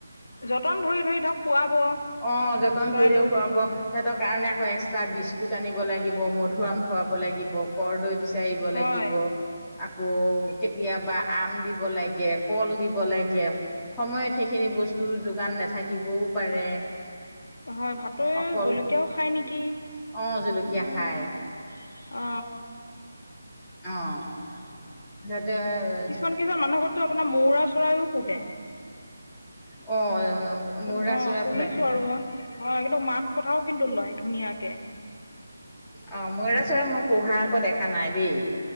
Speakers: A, on the left (about 75°); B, in the centre.
A: যতন ধৰি ধৰি ধৰক খুৱাব
B: অ যতন
A: চৰাইটোক
B: ধৰি ধৰি খুৱাব সিহঁতৰ কাৰণে আকৌ এক্সটা বিস্কুট আনিব লাগিব মধুআম খুৱাব লাগিব কৰদৈ বিচাৰিব
A: হয়
B: লাগিব আকৌ কেতিয়াবা আম দিব লাগে কল দিব লাগে সময়ত সেইখিনি বস্তুৰ যোগান নাথাকিবও পাৰে
A: হয় ভাটৌৱে
B: অকল
A: জলকীয়াও খায় নেকি
B: অ', জলকীয়া
A: উম
B: খায়
A: অ
B: অহ সেইটোৱে
A: কিছুমান কিছুমান মানুহৰ ঘৰততো আপোনাৰ মৌৰা চৰাইও পোহে
B: অ <unintelligible>
A: অ
B: চৌৰা
A: শুনিছো
B: পোহে
A: আৰু মই অ কিন্তু মাত কথাও কিন্তু লয় ধুনীয়াকে
B: অ ময়ুৰা চৰাই মই পোহা আক দেখা নাই দেই